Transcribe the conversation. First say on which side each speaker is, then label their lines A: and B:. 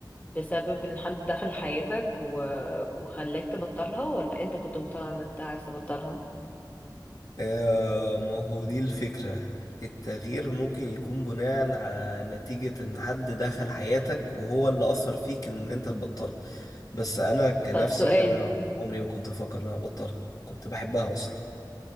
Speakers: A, on the left; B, on the left.
A: بسبب إن حد دخل حياتك و... وخلاك تبطلها ولا أنت كنت مقتنع إنك أنت عايز تبطلها؟
B: آه ما هو دي الفكرة التغيير ممكن يكون بناء على نتيجة ان حد دخل حياتك وهو اللي اثر فيك ان انت تبطلها بس انا كنفسي
A: طب سؤال
B: انا عمري ما كنت افكر ان انا ابطلها كنت بحبها اصلا